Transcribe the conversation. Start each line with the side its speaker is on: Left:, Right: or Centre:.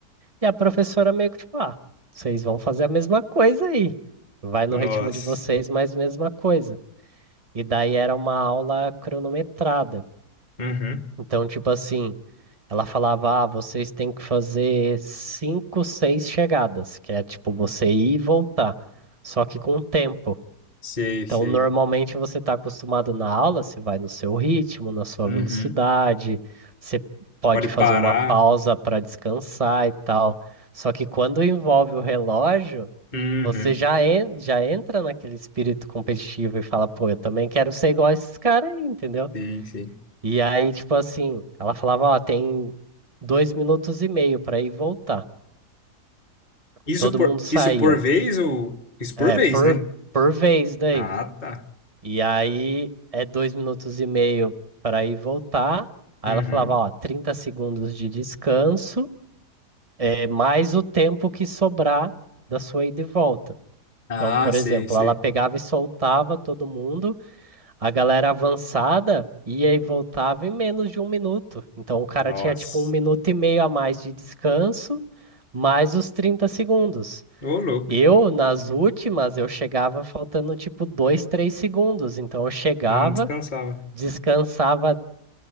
Right: e a professora meio que tipo, ah, vocês vão fazer a mesma coisa aí. Vai no
Left: Nossa.
Right: ritmo de vocês, mas mesma coisa. E daí era uma aula cronometrada.
Left: Uhum.
Right: Então, tipo assim, ela falava, ah, vocês têm que fazer cinco, seis chegadas, que é tipo você ir e voltar, só que com tempo.
Left: Sei,
Right: Então,
Left: sei.
Right: normalmente você está acostumado na aula, você vai no seu ritmo, na sua
Left: Uhum.
Right: velocidade, você pode
Left: Pode parar.
Right: fazer uma pausa para descansar e tal. Só que quando envolve o relógio,
Left: Uhum.
Right: você já, en já entra naquele espírito competitivo e fala, pô, eu também quero ser igual a esses caras aí, entendeu?
Left: Sim, sim.
Right: E aí, tipo assim, ela falava, ó, tem dois minutos e meio para ir e voltar.
Left: Isso
Right: Todo
Left: por,
Right: mundo saía.
Left: isso por vez ou isso por
Right: É,
Left: vez,
Right: por,
Left: né?
Right: por vez daí.
Left: Ah, tá.
Right: E aí é dois minutos e meio para ir e voltar. Aí
Left: Uhum.
Right: ela falava, ó, 30 segundos de descanso, é, mais o tempo que sobrar da sua ida e volta.
Left: Ah,
Right: Então, por
Left: sei,
Right: exemplo,
Left: sei.
Right: ela pegava e soltava todo mundo, a galera avançada ia e voltava em menos de um minuto. Então, o cara
Left: Nossa.
Right: tinha tipo um minuto e meio a mais de descanso, mais os 30 segundos.
Left: Ô, louco.
Right: Eu, nas últimas, eu chegava faltando tipo dois, três segundos. Então, eu chegava
Left: Não descansava.
Right: descansava